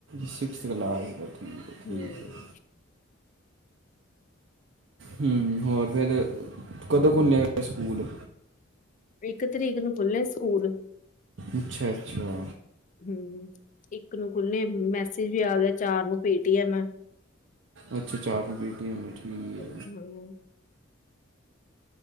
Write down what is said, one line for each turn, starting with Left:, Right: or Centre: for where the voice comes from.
Right: ਸਿਕਸਥ ਕਲਾਸ ਪ੍ਰਥ ਠੀਕ ਹੈ
Left: ਹੂੰ
Right: ਠੀਕ ਹੈ। ਹਮ ਹੋਰ ਫੇਰ। ਕਦੋਂ ਖੁਲ੍ਹਣੇ ਸਕੂਲ।
Left: ਇੱਕ ਤਰੀਕ ਨੂੰ ਖੁਲ੍ਹਣੇ ਸਕੂਲ।
Right: ਅੱਛਾ ਅੱਛਾ।
Left: ਹਮ ਇੱਕ ਨੂੰ ਖੁਲ੍ਹਣੇ ਮੈਸੇਜ ਵੀ ਆ ਗਿਆ ਚਾਰ ਨੂੰ ਪੀਟੀਐਮ ਹੈ।
Right: ਅੱਛਾ ਚਾਰ ਨੂ ਪੀਟੀਐਮ ਹੈ।
Left: ਹੂੰ